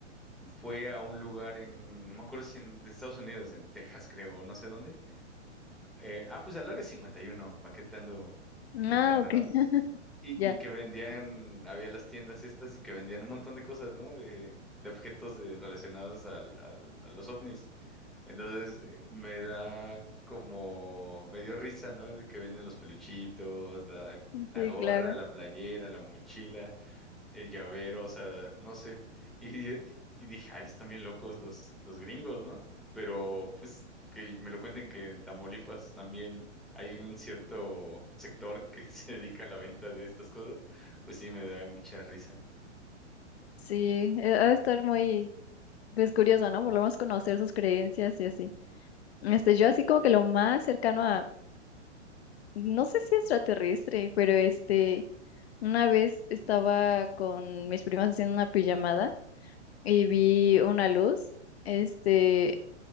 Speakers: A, in the centre; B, on the left (about 60°).
A: Fue a un lugar en, no me acuerdo si en de Estados Unidos, en Texas, creo, no sé dónde. Eh, ah, pues al área 51, ¿para qué te ando inventando,
B: Ah, ok,
A: no?
B: <laughs>
A: Y,
B: ya.
A: y que vendían, había las tiendas estas y que vendían un montón de cosas, ¿no? De, de objetos de, relacionados al, al- a los ovnis. Entonces eh, me da como, me dio risa, ¿no? De que venden los peluchitos, la,
B: Ujú.
A: la
B: Sí,
A: gorra,
B: claro.
A: la playera, la mochila, el llavero, o sea, no sé. Y, y- y dije, ay, están bien locos los, los gringos, ¿no? Pero pues que me lo cuenten que en Tamaulipas también hay un cierto sector que <laughs> se dedica a la venta de estas cosas, pues sí me da mucha risa.
B: Sí, eh, ha de estar muy pues curioso, ¿no? Por lo menos conocer sus creencias y así. Este, yo así como que lo más cercano a no sé si extraterrestre, pero este una vez estaba con mis primas haciendo una pijamada y vi una luz, este,